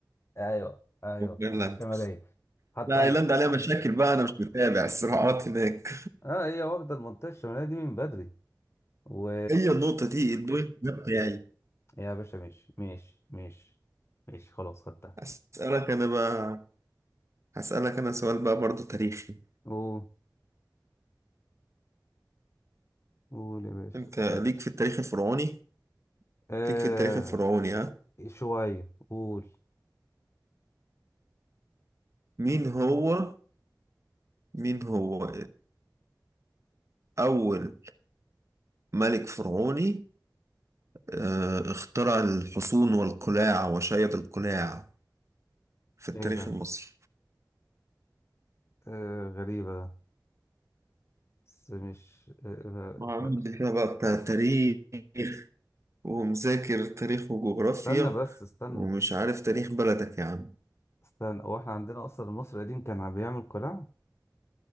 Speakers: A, on the left; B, on the right.
A: ايوه ايوه
B: إيرلندا
A: الشمالية حتى
B: لا
A: عن...
B: ايرلندا عليها مشاكل بقى انا مش متابع الصراعات هناك
A: اه هي واخدة المنطقة الشمالية دي من بدري و
B: <laughs> هي النقطة دي البوينت ده بتاعي
A: يا باشا ماشي ماشي ماشي ماشي خلاص خدتها
B: هسألك انا بقى هسألك انا سؤال بقى برضو تاريخي
A: قول قول يا باشا
B: انت ليك
A: قول
B: في التاريخ الفرعوني
A: آه
B: ليك في التاريخ الفرعوني ها
A: شوية قول
B: مين هو مين هو اول ملك فرعوني آه، اخترع الحصون والقلاع وشيد القلاع في التاريخ
A: ايه ده
B: المصري
A: آه غريبة ده بس مش آه
B: وعامل
A: آه، آه.
B: لي فيها بقى بتاع تاريخ ومذاكر تاريخ وجغرافيا
A: استنى بس استنى
B: ومش عارف تاريخ بلدك يا عم
A: استنى هو احنا عندنا اصلا المصري القديم كان عم بيعمل قلاع